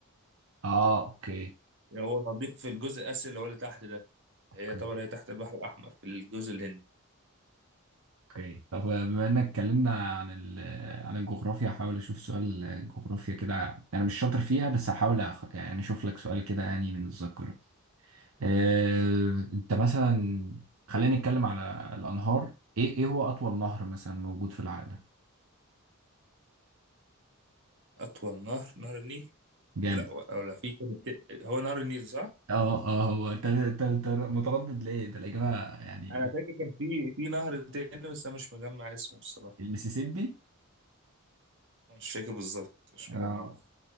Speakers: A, on the right; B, on the right.
A: آه أوكي
B: يعني هو المالديف في الجزء الاسيا اللي هو اللي تحت ده
A: أوكي
B: هي طبعا هي تحت البحر الأحمر في الجزء الهندي
A: أوكي طب آه، بما إنك اتكلمنا عن ال... آه، عن الجغرافيا هحاول أشوف سؤال آه، جغرافيا كده أنا مش شاطر فيها بس هحاول أخ... يعني أشوف لك سؤال كده يعني من الذاكرة آه أنت مثلا خلينا نتكلم على الأنهار إيه إيه هو أطول نهر مثلا موجود في العالم؟
B: أطول نهر نهر النيل
A: جامد
B: ولا ولا في كان الت- هو نهر النيل صح؟
A: اه اه هو انت انت انت متردد ليه؟ ده الإجابة يعني
B: أنا فاكر كان في في نهر تاني بس أنا مش مجمع اسمه الصراحة
A: المسيسيبي
B: مش فاكر بالظبط مش
A: اه
B: مجمعه